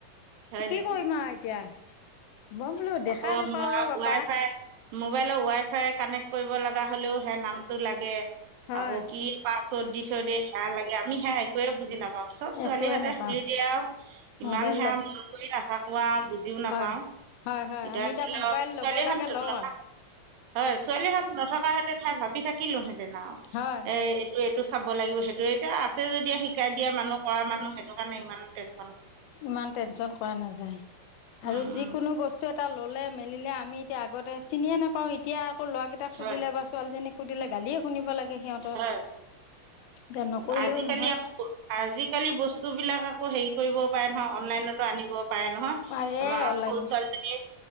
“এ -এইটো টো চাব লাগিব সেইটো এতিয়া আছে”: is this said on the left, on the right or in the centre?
Right